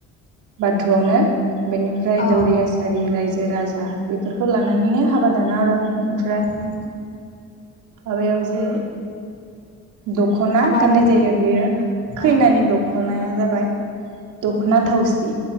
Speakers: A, on the right (about 85°); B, on the left (about 35°).
A: बाथौआवनो बेनिफ्राय
B: औ
A: दौरि आसारि रायजो राजा बेफोरखौ लानानैनो हाबा दान आरो' ओमफ्राय
B: अ
A: हाबायाव जेरै दख'ना
B: हाबानि
A: गाननाय जायो बेयो खैनानि
B: अ
A: दख'नाया जाबाय दखना
B: उम
A: थावसि